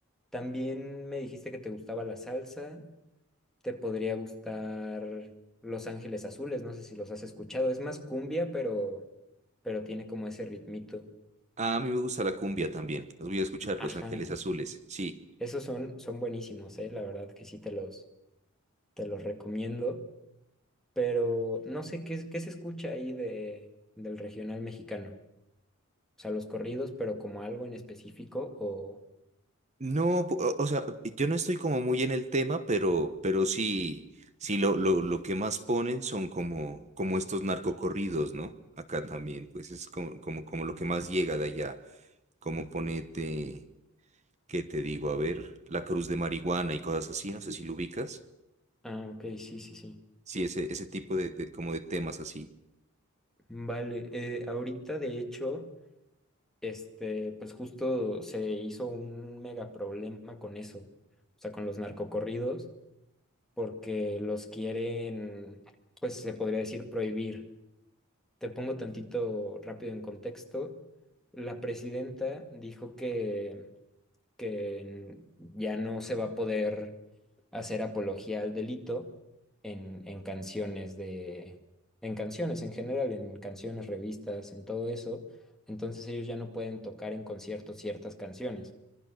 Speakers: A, in the centre; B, on the right.
A: También me dijiste que te gustaba la salsa, te podría gustar Los Ángeles Azules, no sé si los has escuchado, es más cumbia, pero, pero tiene como ese ritmito.
B: Ah, A mí me gusta la cumbia también. Los voy a escuchar,
A: Ajá,
B: Los Ángeles Azules. Sí.
A: esos son, son buenísimos, eh, la verdad que sí te los, te los recomiendo, pero no sé qué, qué se escucha ahí de, del regional mexicano. O sea, los corridos, pero como algo en específico o...
B: No, pu- o o sea, yo no estoy como muy en el tema, pero, pero sí, sí lo, lo, lo que más ponen son como, como estos narcocorridos, ¿no? Acá también, pues es como, como, como lo que más llega de allá. Como ponete, ¿qué te digo? A ver, La Cruz de Marihuana y cosas así, no sé si lo ubicas.
A: Ah, ok, sí, sí, sí.
B: Sí, ese, ese tipo de, de- como de temas así.
A: Vale, eh, ahorita de hecho, este, pues justo se hizo un mega problema con eso, o sea, con los narcocorridos, porque los quieren, pues se podría decir prohibir. Te pongo tantito rápido en contexto. La presidenta dijo que que ya no se va a poder hacer apología al delito en, en canciones de, en canciones en general, en canciones, revistas, en todo eso. Entonces ellos ya no pueden tocar en conciertos ciertas canciones.